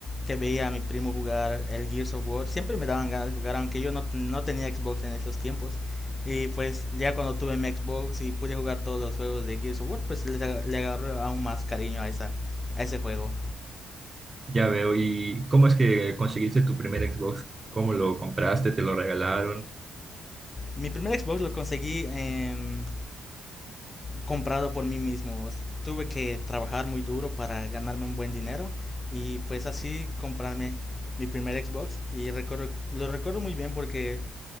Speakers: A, on the left; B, on the right.
A: que veía a mi primo jugar el Gears of War, siempre me daban ganas de jugar, aunque yo no, no tenía Xbox en esos tiempos. Y pues ya cuando tuve mi Xbox y pude jugar todos los juegos de Gears of War, pues les aga- le agarré aún más cariño a, esa, a ese juego.
B: Ya veo. ¿Y cómo es que conseguiste tu primer Xbox? ¿Cómo lo compraste? ¿Te lo regalaron?
A: Mi primer Xbox lo conseguí en comprado por mí mismo. Tuve que trabajar muy duro para ganarme un buen dinero y pues así comprarme mi primer Xbox y recuerdo, lo recuerdo muy bien porque